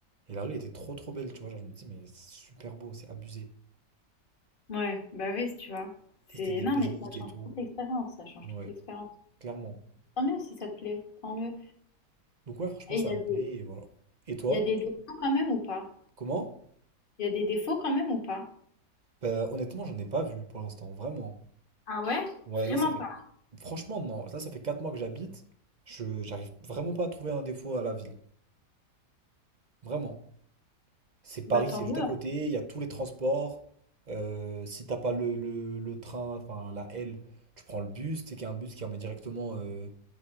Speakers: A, on the right (about 45°); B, on the left (about 30°).
A: Et la rue était trop trop belle. Tu vois, genre, je me dis, mais c'est super beau. C'est abusé.
B: Ouais, bah oui, tu vois?
A: Tu
B: C'est
A: sais, C'était des
B: non,
A: briques
B: mais ça
A: et
B: change
A: tout.
B: toute l'expérience, ça change
A: Ouais,
B: toute l'expérience.
A: clairement.
B: Tant mieux si ça te plaît, tant mieux.
A: Donc, ouais, franchement,
B: Et
A: ça
B: il y a
A: me
B: des,
A: plaît. Et voilà. Et toi,
B: il y a des défauts quand même ou pas?
A: comment?
B: Il y a des défauts quand même ou pas?
A: Bah, honnêtement, j'en ai pas vu pour l'instant. Vraiment.
B: Ah ouais?
A: Ouais,
B: Vraiment
A: là, ça fait...
B: pas.
A: Franchement, non. Là, ça fait 4 mois que j'habite. Je... J'arrive vraiment pas à trouver un défaut à la ville. Vraiment. C'est
B: Bah
A: Paris,
B: tant
A: c'est
B: mieux.
A: juste à côté. Il y a tous les transports. Euh, si t'as pas le, le, le train, enfin la L, tu prends le bus. Tu sais qu'il y a un bus qui emmène directement euh,